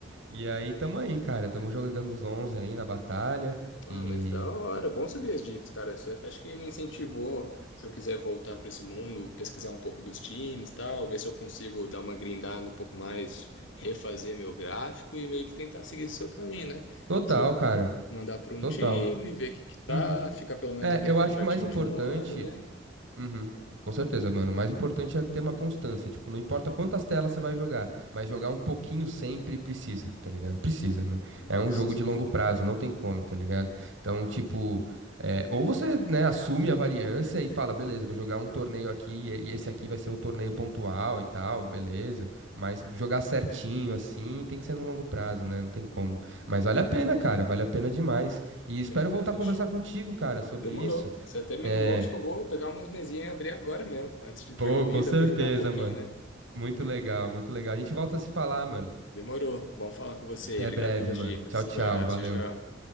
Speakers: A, on the right; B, on the left.
A: E aí, tamo aí, cara. Tamo jogando os 11 aí na batalha. E.
B: Ah, mas da hora. Bom saber as dicas, cara. Você até acho que me incentivou, se eu quiser voltar para esse mundo, pesquisar um pouco dos times, tal, ver se eu consigo dar uma grindada um pouco mais, refazer meu gráfico e meio que tentar seguir esse seu caminho, né?
A: Total,
B: Se eu
A: cara.
B: mandar para um
A: Total.
B: time, ver o que que tá,
A: Uhum.
B: ficar pelo menos
A: É,
B: aquele
A: eu
B: contratinho
A: acho que o mais importante
B: de um ano, né?
A: Uhum. Com certeza, mano. O mais importante é ter uma constância. Tipo, não importa quantas telas você vai jogar, mas jogar um pouquinho sempre precisa, tá ligado? Precisa, mano.
B: Justo.
A: É um jogo de longo prazo, não tem como, tá ligado? Então, tipo, é, ou você, né, assume a variância e fala, beleza, vou jogar um torneio aqui e e esse aqui vai ser o torneio pontual e tal, beleza. Mas jogar certinho assim tem que ser no longo prazo, né? Não tem como.
B: Hum,
A: Mas vale a
B: Da
A: pena,
B: hora.
A: cara, vale a pena demais. E
B: Não,
A: espero voltar
B: fechou.
A: a conversar contigo, cara, sobre
B: Demorou.
A: isso.
B: Você até me
A: É,
B: animou, acho que eu vou pegar umas mesinhas e abrir agora mesmo, antes de dormir,
A: Pô, com certeza,
B: dá para jogar um pouquinho,
A: mano.
B: né?
A: Muito legal, muito legal. A gente volta a se falar, mano.
B: Demorou. Bom falar com você
A: Até
B: aí. Obrigado
A: breve,
B: pelas
A: mano.
B: dicas.
A: Tchau, tchau.
B: Abraço.
A: Valeu.
B: Tchau, tchau.